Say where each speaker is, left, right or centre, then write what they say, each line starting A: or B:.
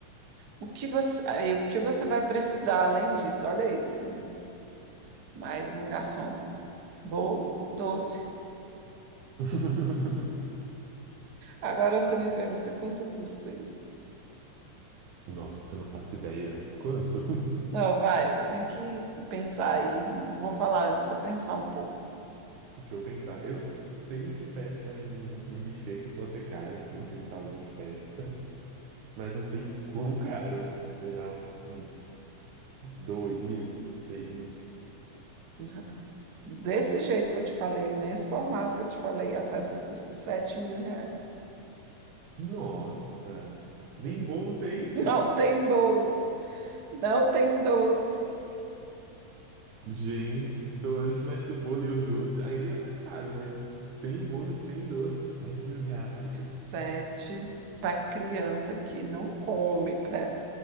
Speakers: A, on the right (about 45°); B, on the right (about 80°).
A: O que você, aí, o que você vai precisar além disso? Olha isso, mano. Mais um garçom bom, doce.
B: <laughs>
A: Agora você me pergunta quanto custa isso?
B: Nossa, eu não faço ideia. Quanto?
A: Não, vai, você tem que que pensar aí. Não vou falar, você pensar um pouco.
B: Deixa eu pensar. Eu sei que festa em, em buffet costuma ser caro, assim, tipo em salão de festa, mas não sei quão caro. Será uns dois mil, três mil?
A: <laughs> Desse jeito que eu te falei, nesse formato que eu te falei, a festa custa sete mil reais.
B: Nossa! Nem bolo tem!
A: Não tem bolo, não tem doce.
B: Gente, se pelo menos tivesse o bolo e os doces, ainda ia estar caro, mas sem bolo e sem doce, sete mil reais.
A: Sete para criança que não come, parece.